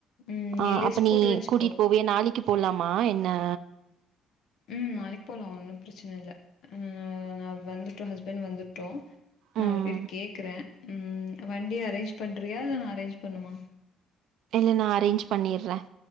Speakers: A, on the left; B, on the right.
A: ம்
B: ஆஹ்
A: லிஸ்ட்
B: அப்போ நீ
A: போட்டு வச்சுக்கோ
B: கூட்டிட்டு போவியா நாளைக்கு போலாமா என்ன
A: உம் நாளைக்கு போலாம் ஒன்னும் பிரச்சனை இல்லை நான் வந்துட்டு ஹஸ்பண்ட் வந்துருட்டு நான்
B: ம்
A: அவர் கிட்ட கேக்குறேன் உஹம் வண்டி அரேஞ்ச் பண்றியா இல்ல நான் அரேஞ்ச் பண்ணுமா
B: இல்ல நான் அரேஞ்ச் பண்ணிறேன்